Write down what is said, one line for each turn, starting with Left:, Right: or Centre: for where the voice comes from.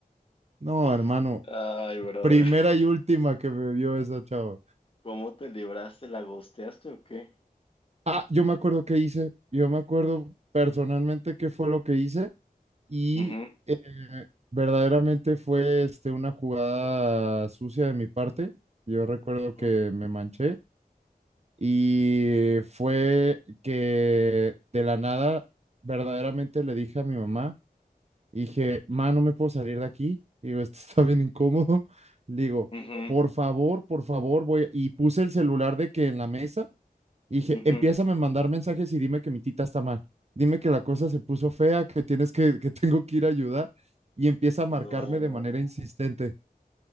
Right: No,
Left: <laughs>
Right: hermano,
Left: Ay, brother.
Right: primera y última que me vio esa chava.
Left: ¿Cómo te libraste? ¿La gosteaste o qué?
Right: Ah, yo me acuerdo qué hice, yo me acuerdo personalmente qué fue lo que hice. y
Left: Ujú,
Right: eh, verdaderamente fue este, una jugada sucia de mi parte. Yo recuerdo
Left: ujú,
Right: que me manché y fue que de la nada verdaderamente le dije a mi mamá, dije, ma, no me puedo salir de aquí. Digo, esto está bien incómodo. <laughs> Le digo,
Left: ujú,
Right: por favor, por favor, voy. Y puse el celular de que en la mesa y dije,
Left: ujú.
Right: empiézame a mandar mensajes y dime que mi tita está mal. Dime que la cosa se puso fea, que tienes que, que <laughs> tengo que ir a ayudar. Y empieza a
Left: No.
Right: marcarme de manera insistente.